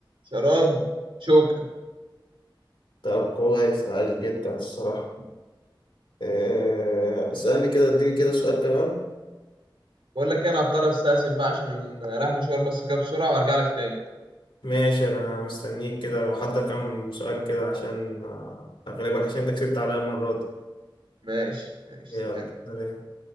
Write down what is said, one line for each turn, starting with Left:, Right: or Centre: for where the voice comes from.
Right: شراب شوكة
Left: طب كويس عايش جدا الصراحة إيه، اسألني كده اديني كده سؤال كمان
Right: بقول لك إيه، انا هضطر استأذن بقى عشان رايح مشوار بس كده بسرعة وارجع لك تاني
Left: ماشي انا مستنيك كده لو حد كام سؤال كده عشان آه، اغلبك عشان انت كسبت عليا المرة دي
Right: ماشي ماشي
Left: يلا
Right: سلام
Left: سلام.